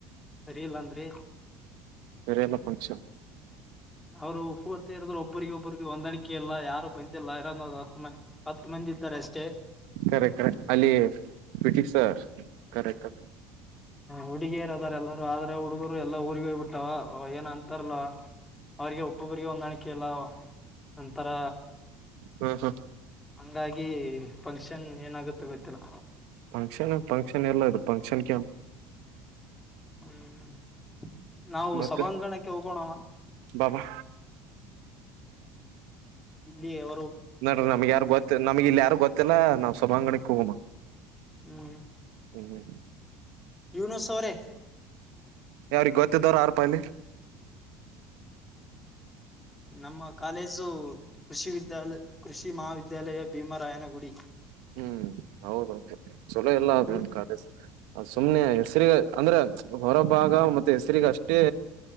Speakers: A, on the left; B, on the right.
A: ಸರಿ ಇಲ್ಲಾ ಅಂದ್ರಿ
B: ಬೇರೆ ಎಲ್ಲ ಫಂಕ್ಷನ್
A: ಅವರು ಪೂರ್ತಿ ಇರದ್ರು ಒಬ್ ಒಬ್ಬರಿಗೆ ಒಬ್ಬರಿಗೆ ಹೊಂದಾಣಿಕೆ ಇಲ್ಲ ಯಾರು ಬಂದಿಲ್ಲ ಇರೋದು ಒಂದ್ ಹತ್ತು ಮಂದಿ ಇದ್ದಾರೆ ಅಷ್ಟೇ
B: ಕರೆಕ್ಟ್ ಕರೆಕ್ ಅಲ್ಲಿ ಪಿಟಿ ಸರ್ ಕರೆಕ್ಟ
A: ಹುಡುಗಿಯರ ಅದಾರ ಎಲ್ಲರು ಆದ್ರ ಹುಡುಗರು ಎಲ್ಲಾ ಊರಿಗೆ ಹೋಗ್ಬಿಟ್ಟವ ಏನ ಅಂತಾರಲ್ಲ ಅವ್ರರಿಗೆ ಒಬ್ಬೊಬ್ಬರಿಗೆ ಹೊಂದಾಣಿಕೆ ಇಲ್ಲ ಒಂಥರ
B: ಹಾ ಹಾ
A: ಹಂಗಾಗಿ ಫಂಕ್ಷನ್ ಏನಾಗುತ್ತೆ ಗೊತ್ತಿಲ್ಲ
B: ಫಂಕ್ಷನ್ ಫಂಕ್ಷನ್ ಎಲ್ಲ ಇದು ಫಂಕ್ಷನ್
A: ಹ್ಮ್ ನಾವು
B: ಮತ್ತೆ
A: ಸಭಾಂಗಣಕ್ಕೆ ಹೋಗೋಣವ
B: ಬಾಬಾ
A: ಇಲ್ಲಿ ಆ
B: ನೋಡ್ರೀ ನಮ್ಗ ಯಾರ ಗೊತ್ತ ನಮ್ಗೆ ಇಲ್ಲಿ ಯಾರು ಗೊತ್ತಿಲ್ಲ ನಾವ್ ಸಭಾಂಗಣ ಹೋಗಮ್ಮ
A: ಹ್ಮ್
B: ಹ್ಮ
A: ಯನು ಸೋರೆ
B: ಯಾವ್ರಿಗೆ ಗೊತ್ತಿದ್ದವರು ಎರ್ಪಾಲ್ಲಿ
A: ನಮ್ಮ ಕಾಲೇಜು ಕೃಷಿ ವಿದ್ಯಾ ದ್ಯಾಲ ಕೃಷಿ ಮಹಾವಿದ್ಯಾಲಯ ಭೀಮರಾಯನಗುಡಿ
B: ಹ್ಮ್ ಹೌದೌದು ಚಲೋ ಎಲ್ಲ
A: ನಿಮ್
B: ನ್ ಕಾಲೇಜ ಸುಮ್ನೆ ಹೆಸ್ರ ಅಂದ್ರೆ ಹೊರಭಾಗ ಮತ್ತೆ ಹೆಸರಿಗ ಅಷ್ಟೇ